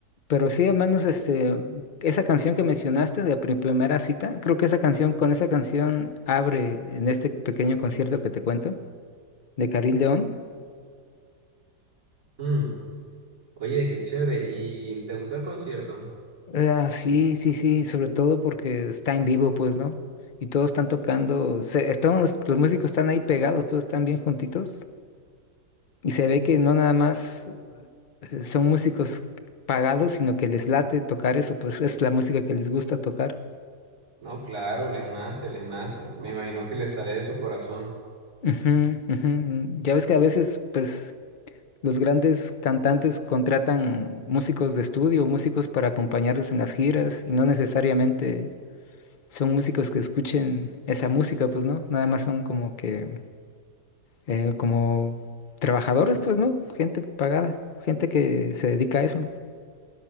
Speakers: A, on the left (about 50°); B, on the right (about 50°).
A: Pero sí, al menos este, esa canción que mencionaste de pri- primera cita, creo que esa canción, con esa canción abre en este pequeño concierto que te cuento, de Karim León.
B: Mm, Oye, qué chévere. ¿Y te gustó el concierto?
A: Ah, sí, sí, sí, sobre todo porque está en vivo, pues, ¿no? Y todos están tocando, se, es- todos los los músicos están ahí pegados, pues están bien juntitos. Y se ve que no nada más eh, son músicos pagados, sino que les late tocar eso, pues es la música que les gusta tocar.
B: No, claro, les nace, les nace. Me imagino que les sale de su corazón.
A: Ujú, ujú. Ya ves que a veces, pues, los grandes cantantes contratan músicos de estudio, músicos para acompañarlos en las giras, y no necesariamente son músicos que escuchen esa música, pues, ¿no? Nada más son como que, eh, como trabajadores, pues, ¿no? Gente pagada, gente que se dedica a eso.